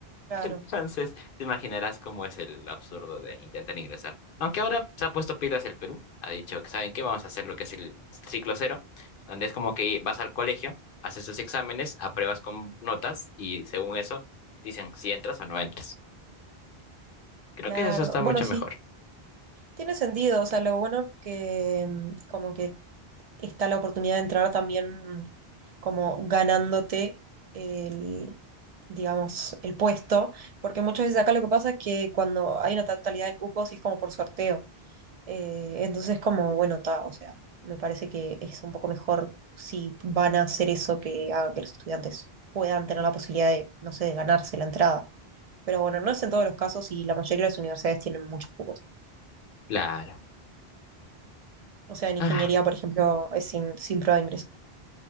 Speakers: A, on the right (about 55°); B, on the left (about 60°).
A: claro,
B: Entonces, te imaginarás cómo es el absurdo de intentar ingresar. Aunque ahora se ha puesto pilas el Perú, ha dicho que, ¿saben qué? Vamos a hacer lo que es el ciclo cero, donde es como que vas al colegio, haces tus exámenes, apruebas con notas y según eso dicen si entras o no entras. Creo
A: claro.
B: que eso está
A: Bueno,
B: mucho
A: sí,
B: mejor.
A: tiene sentido, o sea, lo bueno que mm, como que está la oportunidad de entrar también como ganándote el, digamos, el puesto, porque muchas veces acá lo que pasa es que cuando hay una tal- totalidad de cupos y es como por sorteo. Eh, entonces, como, bueno, ta, o sea, me parece que es un poco mejor si van a hacer eso que hagan que los estudiantes puedan tener la posibilidad de, no sé, de ganarse la entrada. Pero bueno, no es en todos los casos y la mayoría de las universidades tienen muchos cupos.
B: Claro.
A: O sea, en ingeniería,
B: Ah,
A: por ejemplo, es sin, sin prueba de ingreso.